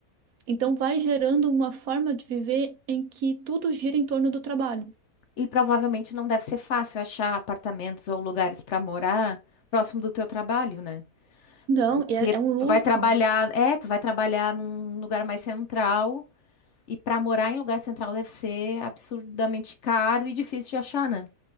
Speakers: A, on the right; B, on the left.
A: Então, vai gerando uma forma de viver em que tudo gira em torno do trabalho.
B: E provavelmente não deve ser fácil achar apartamentos ou lugares pra morar próximo do teu trabalho, né?
A: Não,
B: Porque
A: e é, é um luxo
B: tu vai trabalhar, é, tu vai trabalhar num lugar mais central e pra morar em lugar central deve ser absurdamente caro e difícil de achar, né?